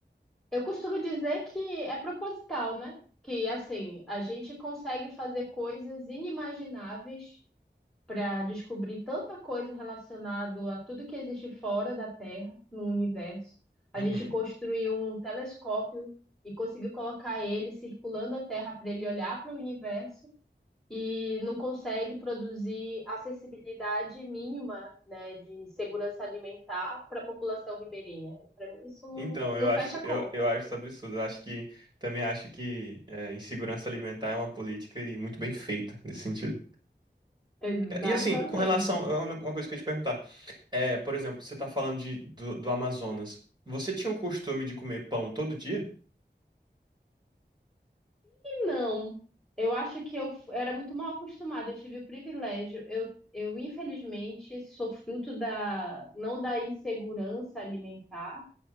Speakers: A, in the centre; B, on the right (about 25°).
A: Eu costumo dizer que é proposital, né? Que assim, a gente consegue fazer coisas inimagináveis para descobrir tanta coisa relacionada a tudo que existe fora da Terra, no universo. A
B: Uhum.
A: gente construiu um telescópio e conseguiu colocar ele circulando a Terra para ele olhar para o universo e não consegue produzir acessibilidade mínima, né, de segurança alimentar para a população ribeirinha. Para mim isso não,
B: Então,
A: não
B: eu acho,
A: fecha conta.
B: eu, eu acho isso absurdo. Eu acho que também acho que é, insegurança alimentar é uma política e muito bem feita nesse sentido.
A: Exatamente.
B: E assim, com relação, é uma uma coisa que eu ia te perguntar. É, por exemplo, você tá falando de, do, do Amazonas. Você tinha o costume de comer pão todo dia?
A: Não, eu acho que eu, f- eu era muito mal acostumada, eu tive o privilégio. Eu, eu infelizmente sou fruto da, não da insegurança alimentar,